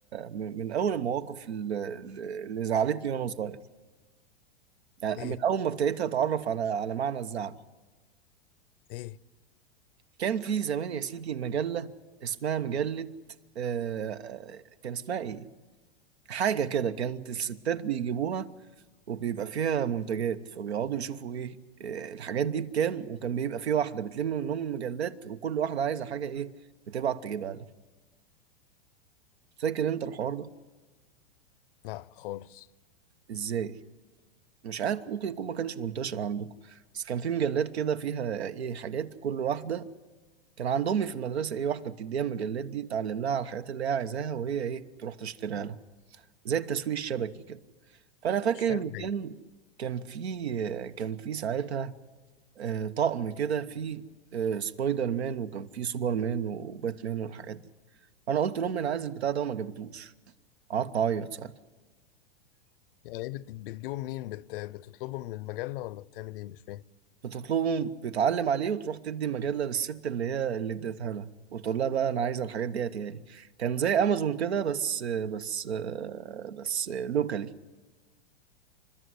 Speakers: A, on the right (about 85°); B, on the left (about 60°).
A: من من اول المواقف اللي اللي زعلتني وانا صغير يعني
B: ايه
A: من اول ما ابتديت اتعرف على على معنى الزعل
B: ايه
A: كان في زمان يا سيدي مجلة اسمها مجلة آه، آه، كان اسمها ايه حاجة كده كانت الستات بيجيبوها وبيبقى فيها منتجات فبيقعدوا يشوفوا ايه إيه الحاجات دي بكام وكان بيبقى في واحدة بتلم منهم مجلات وكل واحدة عايزة حاجة ايه بتبعت تجيبها لها فاكر انت الحوار ده
B: لا خالص
A: ازاي مش عارف ممكن يكون ما كانش منتشر عندكم بس كان في مجلات كده فيها ايه حاجات كل واحدة كان عند امي في المدرسة ايه واحدة بتديها المجلات دي تعلم لها على الحاجات اللي هي عايزاها وهي ايه تروح تشتريها لها زي التسويق الشبكي كده فانا فاكر
B: مش فاهم
A: ان كان كان في كان في ساعتها آه، طقم كده فيه آه، سبايدر مان وكان فيه سوبر مان وباتمان والحاجات دي انا قلت لامي انا عايز البتاع ده وما جابتوش قعدت اعيط ساعتها
B: يعني ايه بت- بتجيبه منين بت... بتطلبه من المجلة ولا بتعمل ايه مش فاهم
A: بتطلبه بتعلم عليه وتروح تدي المجله للست اللي هي اللي اديتها لها وتقول لها بقى انا عايزه الحاجات دي هاتيها لي كان زي امازون كده بس بس آه، بس لوكالي